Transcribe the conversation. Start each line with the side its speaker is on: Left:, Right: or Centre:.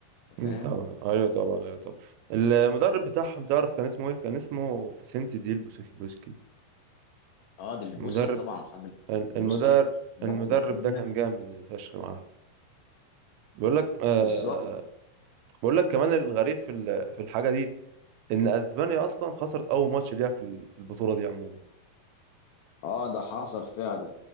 Left: انت
Right: مم،
Left: فاهم
Right: طبعا ايوه طبعا ايوه طبعا المدرب بتاعهم تعرف كان اسمه ايه كان اسمه فيسنتي ديل بوسكي بوسكي
Left: اه ديل
Right: مدرب
Left: بوسكي طبعا حد ما- ديل
Right: المدرب
Left: بوسكي بطل
Right: المدرب
Left: الدنيا
Right: ده كان جامد فشخ معاهم بيقول لك آه
Left: بالظبط
Right: بيقول لك كمان الغريب في ال- في الحاجه دي ان اسبانيا اصلا خسرت اول ماتش ليها في ال- في البطوله دي عموما
Left: اه ده حصل فعلا